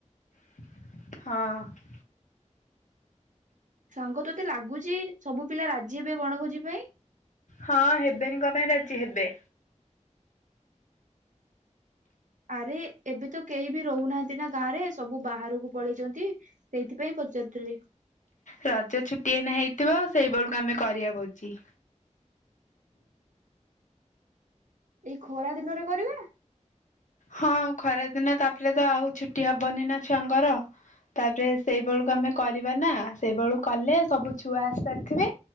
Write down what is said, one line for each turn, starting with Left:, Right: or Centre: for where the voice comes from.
Left: ହଁ।
Right: ସାଙ୍ଗ ତୋତେ ଲାଗୁଛି ସବୁ ପିଲା ରାଜି ହେବେ ବଣଭୋଜି ପାଇଁ।
Left: ହଁ ହେବେନି କଣ ପାଇଁ ରାଜି ହେବେ।
Right: ଆରେ ଏବେ ତ କେହି ବି ରହୁନାହାନ୍ତି ନା ଗାଁ ରେ ସବୁ ବାହାରକୁ ପଳେଇଛନ୍ତି। ସେଇଥିପାଇଁ ପଚାରୁଥିଲି।
Left: ରଜଛୁଟି ଏଇନା ହେଇଥିବ ସେଇ ବେଳକୁ ଆମେ କରିଆ ଭୋଜି।
Right: ଏଇ ଖରା ଦିନରେ କରିବା।
Left: ହଁ ଖରାଦିନ ତାପରେ ତ ଆଉ ଛୁଟି ହବନି ନା ଛୁଆଙ୍କର। ତାପରେ ସେଇ ବେଳକୁ ଆମେ କରିବା ନା ସେଇ ବେଳକୁ କଲେ ସବୁଛୁଆ ଆସି ସାରିଥିବେ।